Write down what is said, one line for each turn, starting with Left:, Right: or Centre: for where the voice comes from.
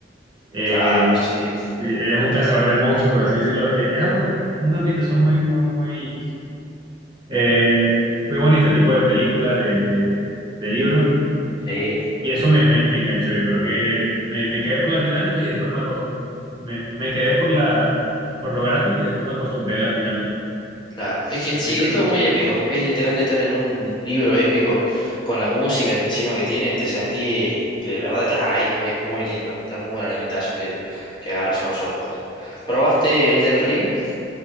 Right: eh,
Left: claro, sí,
Right: eh, eres un cazador de monstruos, por así decirlo. Eh, es una, una ambientación muy, muy, muy, eh, muy bonita, tipo de película, de, de, de- de libro.
Left: sí,
Right: Y eso me, me, me enganchó. Yo creo que me, me quedé por las dinámicas y después me, acos- me, me quedé por la, por lo gráfico y después me acostumbré a las dinámicas.
Left: claro. Es que
Right: Y
Left: sí,
Right: eso hizo
Left: es
Right: que
Left: todo
Right: me gustara.
Left: muy épico. Es literalmente estar en un libro épico con la música encima que tiene, te sentís que de verdad estás ahí. Es muy lindo. Está muy buena la ambientación que, que agarra From Software. ¿Probaste Elden Ring?